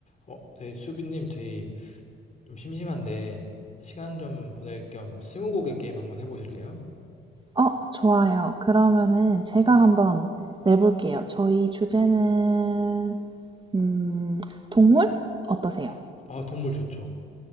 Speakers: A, on the left; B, on the right.
A: 어, 네, 수빈님, 저희 좀 심심한데 시간 좀 보낼 겸 스무고개 게임 한번 해보실래요?
B: 어, 좋아요. 그러면은 제가 한번 내볼게요. 저희 주제는, 음, 동물? 어떠세요?
A: 아, 동물 좋죠.